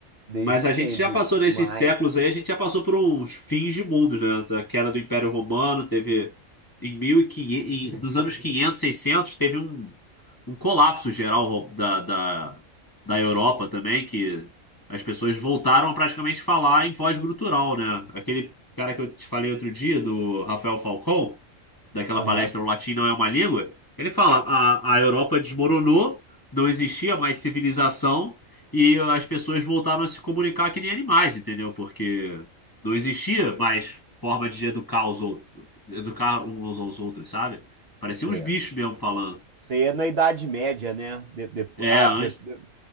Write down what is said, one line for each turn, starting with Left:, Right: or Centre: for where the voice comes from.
Right: Desde
Left: Mas
Right: sempre.
Left: a gente já passou nesses
Right: Mas.
Left: séculos aí, a gente já passou por uns fins de mundos, né? Da queda do Império Romano, teve em 1500, em- nos anos 500 600 teve um, um colapso geral ro- da, da, da Europa também, que as pessoas voltaram a praticamente falar em voz gutural, né? Aquele cara que eu te falei outro dia, do Rafael Falcão, daquela
Right: Aham,
Left: palestra O Latim Não É Uma Língua, ele fala: a, a Europa desmoronou, não existia mais civilização. E as pessoas voltaram a se comunicar que nem animais, entendeu? Porque não existia mais forma de educar os outros, educar uns aos outros, sabe? Pareciam
Right: credo.
Left: uns bichos mesmo falando.
Right: Isso aí é na Idade Média, né? De, de-
Left: É,
Right: ah,
Left: antes,
Right: de- de-